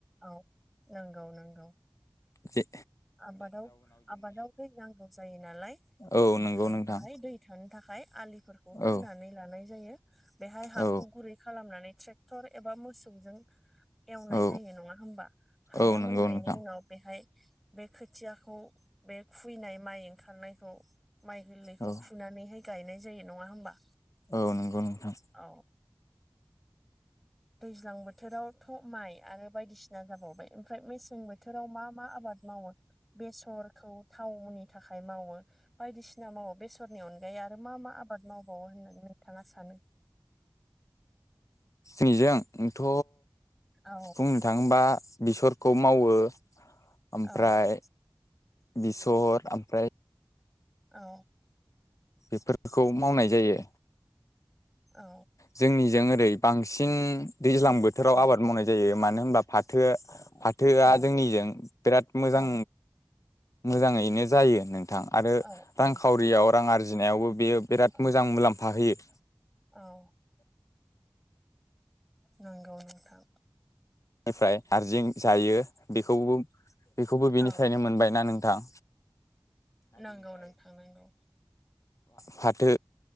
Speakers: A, in the centre; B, on the left.
A: औ नंगौ नंगौ
B: ए
A: आबादाव आबादाव दै नांगौ जायो नालाय
B: औ
A: ओमफ्राय
B: नंगौ नोंथां
A: बाहाय दै थानो थाखाय आलिफोरखौ खोनानै
B: औ
A: लानाय जायो बेहाय हाखौ
B: औ
A: गुरै खालामनानै ट्रेक्टर एबा मोसौजों एवनाय
B: औ
A: जायो नङा हबा हाया
B: औ नंगौ
A: मोननायनि
B: नोंथां
A: उनाव बेहाय बे खोथियाखौ बे खुबैनाय माइ ओंखारनायखौ माइ गोरलैखौ
B: औ
A: फुनानैहाय गायनाय जायो नङा होमबा?
B: औ नंगौ नोंथां
A: औ दैज्लां बोथोरावथ' माइ आरो बायदिसिना जाबावबाय ओमफ्राय मेसें बोथोराव मा मा आबाद मावो बेसरखौ थावनि थाखाय मावो बायदिसिना मावो बेसरनि अनगायै आरो मा मा आबा बाद मावबावो होननानै नोंथाङा सानो?
B: बिजों थ'
A: औ
B: बुंनो थाङोबा बिसरखौ मावो ओमफ्राय
A: औ
B: बेसर ओमफ्राय
A: औ
B: बेफोरखौ मावनाय जायो
A: औ
B: जोंनिजों ओरै बांसिन दैज्लां बोथोराव
A: औ
B: आबाद मावनाय जायो। मानो होनबा फाथो फाथोआ
A: औ
B: जोंनिजों बिराद मोजां
A: औ
B: मोजाङैनो जायो नोंथां आरो
A: औ औ
B: रांखावरियाव रां आरजिनायावबोब बेयो बिराद
A: औ
B: मोजां मुलाम्फा होयो।
A: औ। नांगौ नथां।
B: निफ्राय आरजिं जायो बेखौबो बेखौबो बिनिफ्रायनो
A: औ
B: मोनबायना नों दा।
A: नांगौ नोंथां नोंगौ।
B: फाथो